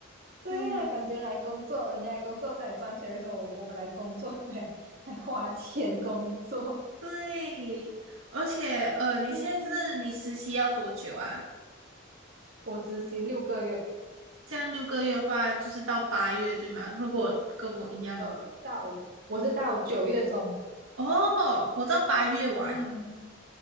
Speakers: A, on the right (about 50°); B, on the right (about 85°).
A: 对呀、
B: 对。
A: 感觉来工作，人家来工作是来赚钱，的时候，我们来工作 <laughs> 还还花钱工作？
B: 对，而且呃，你现在是你实习要多久啊？
A: 嗯，我实习六个月，
B: 这样六个月的话，就是到八月，对吗？如果跟我一样的话
A: 呃，到我是到九月中，
B: 哦，我到八月完。
A: 嗯。